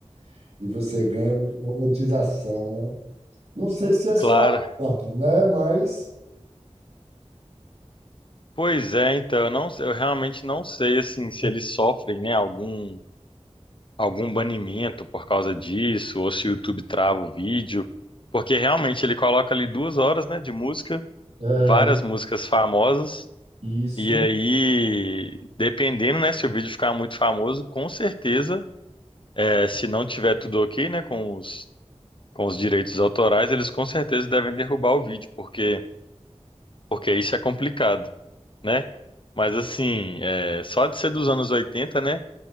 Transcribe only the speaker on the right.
<laughs> e você ganha uma monetização, né? Não sei se é sua,
área, né? Mas
é
isso.